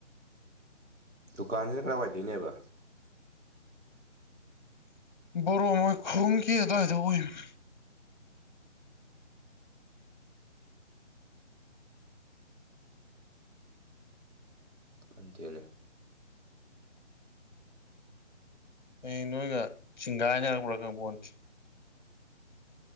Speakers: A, on the right; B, on the left.
A: ꯗꯨꯀꯥꯟꯁꯤꯅ ꯀꯗꯥꯏꯋꯥꯏꯗꯩꯅꯦꯕ
B: ꯕꯣꯔꯣ ꯃꯣꯏꯈꯨꯡꯒꯤ ꯑꯗꯌꯥꯢꯗ ꯑꯣꯢꯕꯅꯤ
A: ꯑꯇꯦꯅꯦ
B: ꯑꯩ ꯅꯣꯏꯒ ꯆꯤꯡꯒꯥꯏꯅ ꯍꯥꯏꯔꯛꯄ꯭ꯔꯥ ꯀꯥꯡꯄꯣꯟꯁꯤ